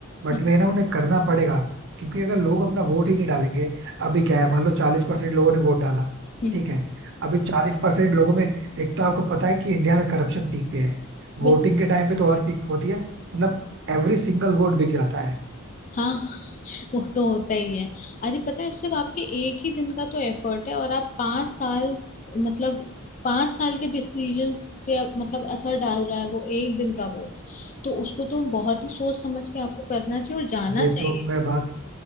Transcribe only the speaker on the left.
हम्म
हम्म
बिल-
हाँ वो तो होता ही है अरे पता है सिर्फ आपके एक ही दिन का तो एफर्ट है और आप पांच साल मतलब पांच साल के डिसीजंस पे आप- मतलब असर डाल रहा है वो एक दिन का वोट तो उसको तो बहुत ही सोच समझ के आपको करना चाहिए और जाना
चाहिए